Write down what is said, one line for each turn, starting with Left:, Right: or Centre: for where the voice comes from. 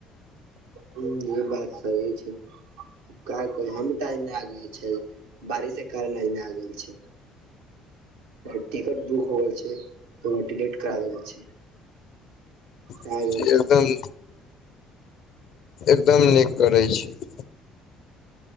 Right: हूँ इहो बात सही छैय। का कहे हम तऽ ऐय नहा लेले छल बारिश के कारण आय नहा लेने छल तोहर टिकट बुक हो गेल छैय, तोहर टिकट करा देल छैय। भैय
Left: छै
Right: गेल
Left: एकदम
Right: छैय।
Left: एकदम नीक करैय छिय।